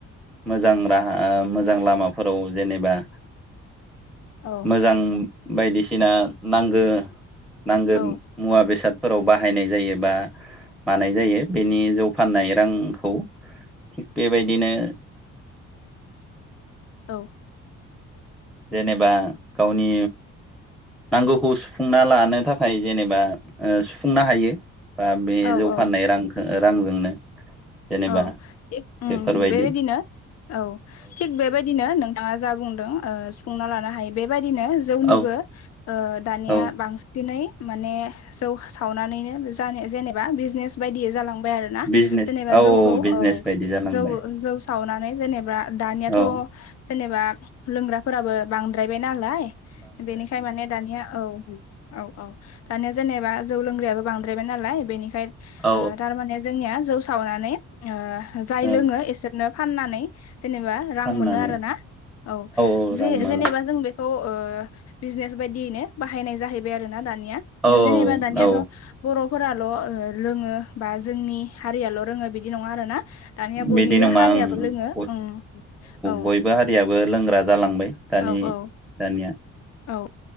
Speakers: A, in the centre; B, on the left.
A: मोजां राहा मोजां लामाफोराव जेन। जेनबा
B: <inaudible> औ
A: मोजां बायदिसिना नांगौ। नांगौ
B: औ
A: मुवा बेसादफोराव बाहायनाय जायो बा मानाय जायो बेनि जौं। फाननाय रांखौ थिग बेबायदिनो
B: औ।
A: जेनेबा गावनि नांगौखौ सुफुंना लानो थाखाय जेनेबा सुफुंनो हायो। बा बे
B: औ
A: जौ
B: औ
A: फाननाय रांखो रांजोंनो। जेनेबा
B: औ एक ओ थिग
A: बेफोरबायदि
B: बेबायदिनो औ थिग बेबायदिनो नों बिथांङा जा बुंदों सुफुंना लानो हायो बे बेबायदिनो जौनिबो
A: औ
B: ओ दानिया
A: औ
B: बांसिनै माने जौ सावनानैनो जनो जेनेबा बिजनेस बायदियै जालां। मोनबाइ आरो ना
A: बिजनेस औ
B: जौखौ औ
A: बिजनेस बायदि जालांबाय
B: जौऔ जौं संबाय। सावनानै जेनेबा दानियाथ'
A: औ
B: जेनेबा लोंग्राफोराबो बांद्रायबाय। नालाय बेनिखाय माने दानिया औ औ औ दानिया जेनेबा जौ लोंग्रायाबो बांद्रायबाय नालाय बेनिखाय ओ
A: औ
B: थारमाने जोंनिया जौ सावनानै। ओ जाय
A: औ
B: लोंङो एसोरनो फाननानै। जेनेबा रां
A: फाननानै
B: मोनो आरो ना औ
A: औ
B: जे
A: रां मोनो
B: जेनेबा जों बेखौ। ओ बिजनेस बायदियैनो बाहायनाय जाहैबाय आरोना दानि
A: औ
B: जेनेबा दानियाथ'
A: औ
B: बर' फोराल रोङो बा जोंनि हारियाल रोंङो बिदि नङा आरो ना। दानिया बयनिबो
A: बिदि नङा
B: हारियाबो लोंङो
A: ओं
B: उम औ
A: बयबो हारियाबो लोंग्रा जालांबाय दानि
B: औ औ
A: दानिया
B: औ